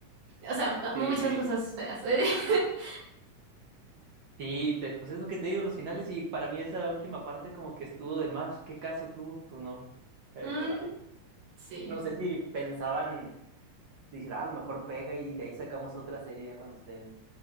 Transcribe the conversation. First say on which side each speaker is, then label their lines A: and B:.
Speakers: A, on the right (about 75°); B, on the right (about 55°).
A: O sea, mu-
B: Sí,
A: muchas
B: sí.
A: cosas feas. <laughs>
B: Sí, te- pues es lo que te digo, los finales, y para mí esa última parte como que estuvo de más. ¿Qué caso tuvo? Pues no, pero
A: Mm,
B: por algo.
A: sí.
B: No sé si pensaban, dicen, ah, a lo mejor pega y de ahí sacamos otra serie ya cuando estén